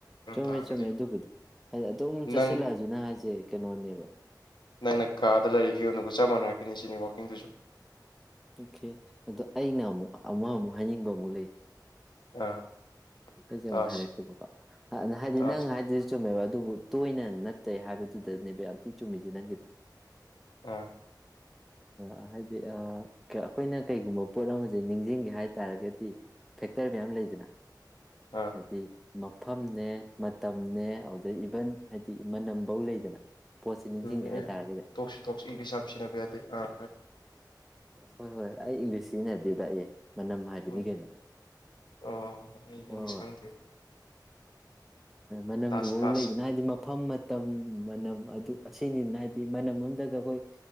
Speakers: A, in the centre; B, on the left.
A: ꯆꯨꯝꯃꯦ
B: ꯇꯥꯔꯒꯗꯤ
A: ꯆꯨꯝꯃꯦ ꯑꯗꯨꯕꯨꯗꯤ ꯑꯩꯅ ꯑꯗꯨꯝ ꯆꯠꯁꯤꯜꯂꯛꯑꯁꯨꯅ
B: ꯅꯪ
A: ꯍꯥꯏꯁꯦ ꯀꯩꯅꯣꯅꯦꯕ
B: ꯅꯪꯅ ꯀꯥꯗ ꯂꯩꯔꯤ ꯐꯤꯕꯝ ꯑꯗꯨꯒ ꯆꯞ ꯃꯥꯟꯅꯔꯦ ꯀꯅꯤ ꯁꯤꯅꯤ ꯋꯥꯛꯀꯤꯡꯗꯨꯁꯨ
A: ꯑꯣꯀꯦ ꯑꯗꯣ ꯑꯩꯅ ꯑꯃꯨꯛ ꯑꯃ ꯑꯃꯨꯛ ꯍꯥꯏꯅꯤꯡꯕ ꯑꯃꯨꯛ ꯂꯩ
B: ꯑꯥ
A: ꯑꯩꯁꯦ
B: ꯇꯥꯁ
A: ꯑꯃꯨꯛ ꯍꯥꯏꯔꯛꯀꯦꯕꯕꯥ ꯍꯥꯏꯗꯤ
B: ꯇꯥꯁ
A: ꯅꯪ ꯍꯥꯏꯗꯨꯗꯤ ꯆꯨꯝꯃꯦꯕ ꯑꯗꯨꯕꯨ ꯇꯣꯏꯅ ꯅꯠꯇꯦ ꯍꯥꯏꯕꯗꯨꯗꯅꯦꯕ ꯌꯥꯝ ꯊꯤ ꯆꯨꯝꯃꯤꯁꯦ ꯅꯪꯒꯤꯗꯣ
B: ꯑꯥ
A: ꯑ ꯍꯥꯏꯗꯤ ꯑꯩꯈꯣꯏꯅ ꯀꯩꯒꯨꯝꯕ ꯄꯣꯠ ꯑꯃꯁꯦ ꯅꯤꯡꯁꯤꯡꯒꯦ ꯍꯥꯏ ꯇꯥꯔꯒꯗꯤ ꯐꯦꯛꯇꯔ ꯃꯌꯥꯝ ꯂꯩꯗꯅ
B: ꯑꯥ
A: ꯍꯥꯏꯗꯤ ꯃ ꯃꯐꯝꯅꯦ ꯃꯇꯝꯅꯦ ꯑꯗꯨꯗꯩ ꯏꯚꯟ ꯍꯥꯏꯗꯤ ꯃꯅꯝꯐꯧ ꯂꯩꯗꯅ ꯄꯣꯠꯁꯦ ꯅꯤꯡꯁꯤꯡꯒꯦ
B: ꯎꯝ ꯑꯦ
A: ꯍꯥꯏ ꯇꯥꯔꯒꯗꯤ
B: ꯇꯣꯛꯁꯤ ꯇꯣꯛꯁ ꯏꯪꯂꯤꯁ ꯌꯥꯝ ꯁꯤꯟꯅꯕ ꯌꯥꯗꯦ ꯑꯥ ꯍꯣꯏ
A: ꯍꯣꯏ ꯍꯣꯏ ꯑꯩ ꯏꯪꯂꯤꯁꯁꯤꯅꯗꯦꯗ ꯑꯩ ꯃꯅꯝ ꯍꯥꯏꯕꯅꯤ
B: ꯎꯝ
A: ꯀꯩꯅꯣ
B: ꯑꯣ ꯑꯩ
A: ꯍꯣꯏ
B: ꯏꯪꯂꯤꯁ
A: ꯍꯣꯏ
B: ꯈꯪꯗꯦ
A: ꯃꯅꯝꯗꯨ
B: ꯇꯥꯁ
A: ꯐꯥꯎ
B: ꯇꯥꯁ
A: ꯂꯩꯗꯅ ꯍꯥꯏꯗꯤ ꯃꯐꯝ ꯃꯇꯝ ꯃꯅꯝ ꯑꯗꯨ ꯑꯁꯤꯅꯤꯗꯅ ꯍꯥꯏꯗꯤ ꯃꯅꯝ ꯑꯝꯗꯒ ꯑꯩꯈꯣꯏ